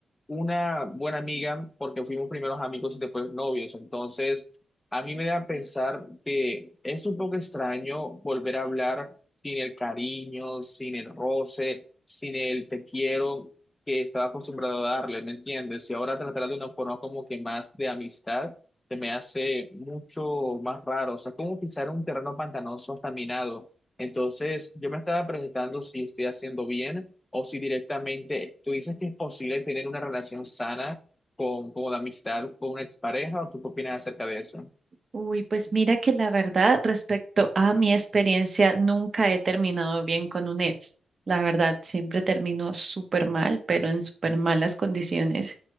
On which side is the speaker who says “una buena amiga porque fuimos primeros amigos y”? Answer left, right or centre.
Left